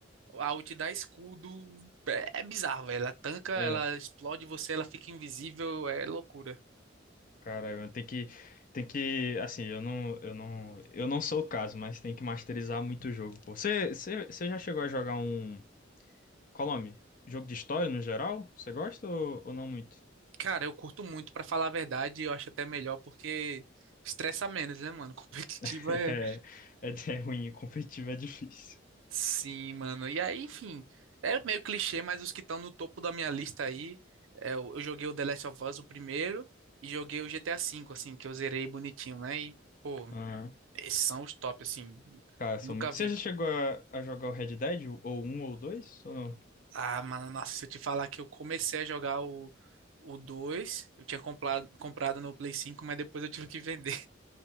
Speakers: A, on the right; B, on the left.
A: a ult dá escudo. É, é bizarro, velho. Ela tanca,
B: É,
A: ela explode você, ela fica invisível, é loucura.
B: caralho, mano, tem que. Tem que. Assim, eu não. Eu não. Eu não sou o caso, mas tem que masterizar muito o jogo, pô. Você você- você já chegou a jogar um. Qual o nome? Jogo de história no geral? Você gosta ou, ou não muito?
A: Cara, eu curto muito, pra falar a verdade, eu acho até melhor porque estressa menos, né, mano? <laughs> Competitiva
B: <laughs>
A: é.
B: É, é, é ruim, competitivo é difícil.
A: Sim, mano. E aí, enfim, é meio clichê, mas os que estão no topo da minha lista aí, é, eu eu joguei o The Last of Us, o primeiro, e joguei o GTA V, assim, que eu zerei bonitinho, né? E, pô,
B: Aham.
A: esses são os top, assim.
B: Cara,
A: Nunca
B: são muito.
A: vi.
B: Você já chegou a, a jogar o Red Dead? Ou um ou dois? Ou não?
A: Ah, mano, nossa, se eu te falar que eu comecei a jogar o, o 2, eu tinha comprado, comprado no Play 5, mas depois eu tive que vender.